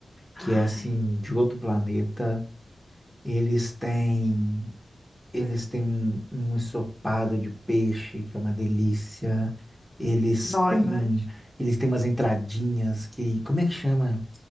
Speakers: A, in the centre; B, on the left.
A: que
B: Ai,
A: é assim, de outro planeta. Eles têm. Eles têm um, um ensopado de peixe, que é uma delícia. Eles
B: não,
A: têm.
B: imagem.
A: Eles têm umas entradinhas que. Como é que chama